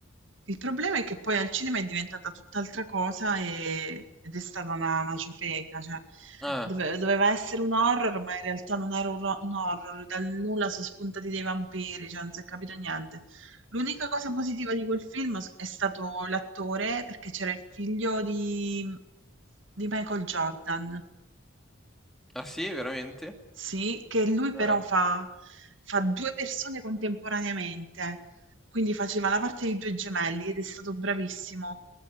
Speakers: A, on the right (about 60°); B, in the centre.
A: Il problema è che poi al cinema è diventata tutt'altra cosa e- ed è stata una, una ciofeca, cioè
B: Ah,
A: dove- doveva essere un horror, ma in realtà non era un, ro- un horror, dal nulla sono spuntati dei vampiri, cioè non si è capito niente. L'unica cosa positiva di quel film s- è stato l'attore, perché c'era il figlio di, di Michael Jordan,
B: ah sì, veramente?
A: sì, che lui però
B: Ah.
A: fa fa 2 persone contemporaneamente, quindi faceva la parte di 2 gemelli ed è stato bravissimo.